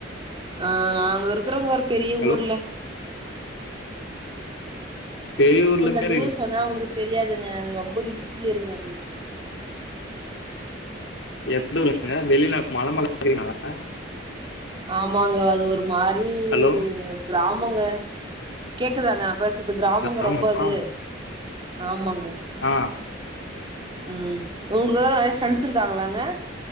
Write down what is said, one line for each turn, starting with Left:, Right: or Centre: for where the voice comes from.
Right: அ நாங்க இருக்குறோங்க பெரிய
Left: ஹலோ
Right: ஊர்ல
Left: பெரியூர்ல
Right: உங்களுக்கு
Left: பேர்
Right: அந்த ஊர் சொன்னா உங்களுக்கு தெரியாதுங்க அது ரொம்ப இன்டீரியருங்க அது
Left: எந்த ஊருங்க வெளிநாட்டு மல மேலே இருக்குறீங்களா
Right: ஆமாங்க அது ஒரு மாரி
Left: ஹலோ
Right: கிராமங்க கேக்குதாங்க பேசத்து கிராமங்க
Left: கிராமமா
Right: ரொம்ப அது ஆமாங்க
Left: ஆ
Right: ம் உங்களோட நெறைய ஃப்ரெண்ட்ஸ் இருக்குறாங்களாங்க